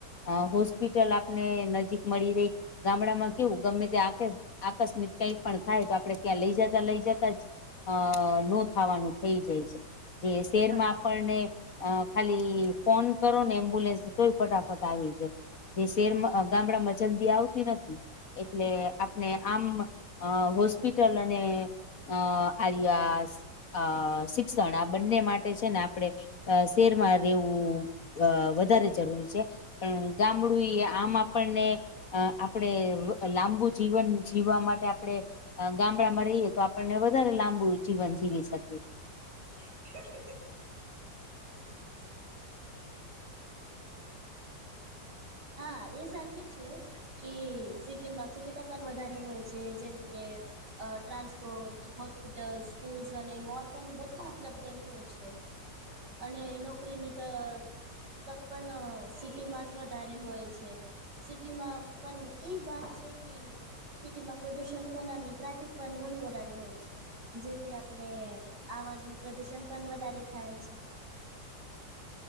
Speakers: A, on the left; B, on the right.
A: અ હોસ્પિટલ આપને નજીક મળી રેય ગામડામાં કેવું ગમે તે આક આકસ્મિક કંઈ પણ થાય તો આપડે ત્યાં લઈ જતા લઈ જતા જ અ નો થાવાનું થઈ જાય છે જે શેરમાં
B: બરાબર
A: આપણને અ ખાલી ફોન કરો ને એમ્બ્યુલન્સ ને તોય ફટાફટ આવી જાય જે શેરમાં અ ગામડા માં જલ્દી આવતી નથી એટલે આપને આમ હોસ્પિટલ અને અ આર્યુ આ અ શિક્ષણ આ બંને માટે છે ને આપડે અ શેરમાં રેવું અ વધારે જરૂરી છે પણ ગામડું ઈ આમ આપણને અ આપડે લાંબુ જીવન જીવવા માટે આપડે અ ગામડા માં રહીએ તો આપણને વધારે લાંબુ જીવન જીવી શકીએ
B: <inaudible> હા એ સાચું છે કે સિટીમાં સુવિધા પણ વધારે હોય છે જેમ કે અ ટ્રાન્સપોર્ટ હોસ્પિટલ, સ્કૂલ્સ અને મોલ પણ બધુ ઉપલબ્ધન હોય છે અને નોકરીની ત તક પણ અ સિટીમાં જ વધ વધારે હોય છે સિટીમાં પણ ઈ વાત છે કે સિટીમાં પ્રદુષણ કરનાર ને ટ્રાફિક પણ ઘણું વધારે હોય છે જેથી આપણેે આવાજ નુ પ્રદુષણ પણ વધારે થાય છે